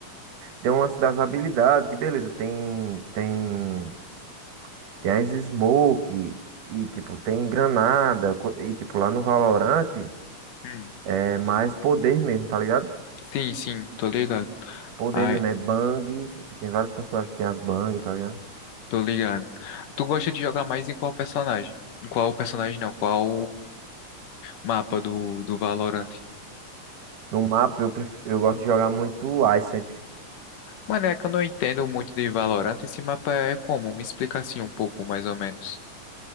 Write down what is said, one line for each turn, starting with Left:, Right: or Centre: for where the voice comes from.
Right: tem um lance das habilidades, que beleza, tem, tem. Tem as Smoke e, tipo, tem granada. co- E, tipo, lá no Valorant
Left: Hum.
Right: é mais poder mesmo, tá ligado?
Left: Sim, sim, tô ligado.
Right: Poder
Left: Ah,
Right: mesmo é Bang. Tem vários personagens que tem as Bang, tá ligado?
Left: Tô ligado. Tu gosta de jogar mais em qual personagem? Em qual personagem não? Qual mapa do, do Valorant?
Right: No mapa eu, pref... eu gosto de jogar muito Ascent.
Left: Mano, é que eu não entendo muito de Valorant. Esse mapa é como? Me explica assim um pouco, mais ou menos.